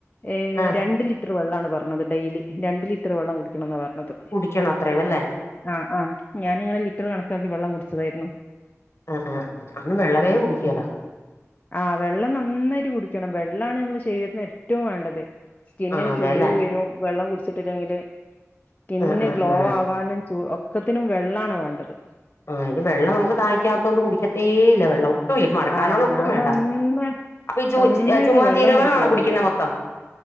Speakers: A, on the left; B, on the left.
A: എ
B: ആ
A: രണ്ട് ലിറ്റർ വെള്ളാണ് പർഞ്ഞത് ഡെയ്ലി രണ്ട് ലിറ്റർ വെള്ളം കുടിക്കണം ന്നാ പർഞ്ഞത്
B: കുടിക്കണം അത്രേ വെല്ലേ
A: ആഹ് ആഹ് ഞാനിങ്ങനെ ലിറ്റർ കണക്കാക്കി വെള്ളം കുടിച്ചതായ്രുന്നു
B: ആഹ് ആഹ് അങ് വെള്ളവേ കുടിക്കേല
A: ഉം ആഹ് വെള്ളം ന്നന്നായിട്ട് കുടിക്കണം വെള്ളാണ് നമ്മളെ ശെരീരത്തിന് എറ്റും വേണ്ടത് സ്കിന്നിന്
B: ആ അതെല്ലേ
A: ചുളിവ് വെരും വെള്ളം കുടിച്ചിട്ടില്ലെങ്കില് സ്കിന്ന്
B: ആ ആ
A: ഗ്ലോ
B: ആ
A: ആവാനും ചൂ ഒക്കത്തിനും വെള്ളാണ് വേണ്ടത്
B: ആഹ് ഇത് വെള്ളം നമുക്ക് ദാഹിക്കാത്തോണ്ട് കുടിക്കത്തേ ഇല്ല വെള്ളം ഹോ ഈ മഴക്കാലം
A: ആഹ്
B: ആണ് ഒട്ടും
A: ഞാൻ
B: വേണ്ട
A: നന്ന
B: അപ്പൊ ഈ ജൂ
A: നന്നായിട്ട്
B: ജി ഏ ചുമ്മാ
A: വെള്ളം
B: ജീരവെള്ള
A: കുടിക്കാറുണ്ട്
B: ആണോ കുടിക്കുന്നെ മൊത്തം